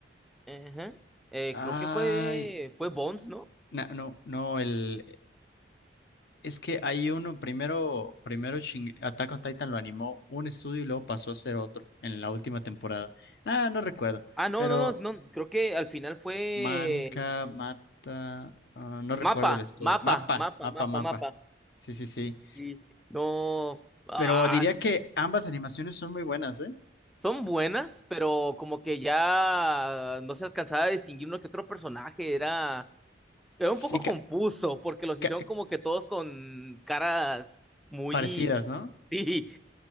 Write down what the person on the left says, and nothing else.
Ay,
na- no, no, el... Es que hay uno, primero, primero Shin- Attack on Titan lo animó un estudio y luego pasó a ser otro en la última temporada. Ah, no recuerdo,
pero...
Manca, Mata, ah, no recuerdo
el estudio.
Mapa,
mapa,
mapa.
Sí, sí, sí.
Pero diría que ambas animaciones son muy buenas, ¿eh?
Sí,
ca-
ca-
parecidas,
¿no?